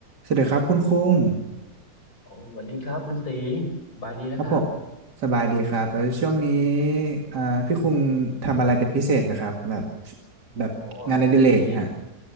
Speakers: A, on the right; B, on the left.
A: สวัสดีครับคุณคุง
B: โอ้สวัสดีครับคุณตีสบายดีนะครับ
A: ครับผมสบายดีครับแล้วช่วงนี้อ่าพี่คุงทำอะไรเป็นพิเศษนะครับแบบแบบงานอดิเรกฮะ
B: โอ้ช่วงนี้